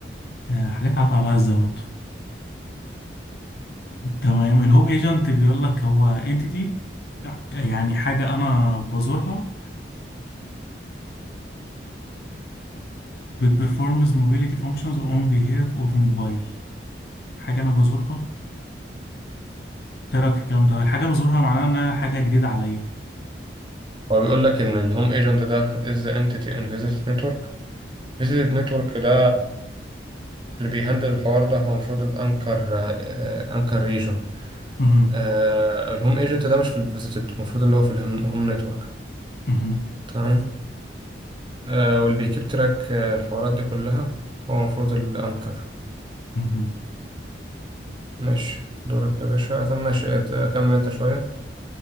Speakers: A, on the left; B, on the right.
A: آه، حاجات عفى عليها الزمن تمام الهوم ايجنت بيقول لك هو انتيتي يعني حاجة انا بزورها بتبرفورمز موبيليتي فانكشنز اون بيهاف اوف موبايل حاجة انا بزورها إيه رأيك في الكلام ده الحاجة بزورها معناها انها حاجة جديدة عليا
B: هو بيقول لك إن الهوم ايجنت ده is the entity in visit network فيزيت نتورك ده اللي بيهندل الحوار ده هو المفروض الانكر آه، انكر ريجون
A: مهم.
B: آه، الهوم ايجنت ده مش في الفيزيتد المفروض اللي هو في الهوم هوم نتورك
A: مهم.
B: تمام آه، واللي بيكيب تراك آه، الحوارات دي كلها هو المفروض الانكر
A: مهم.
B: ماشي دورك يا باشا طب ماشي ات- كمل انت شوية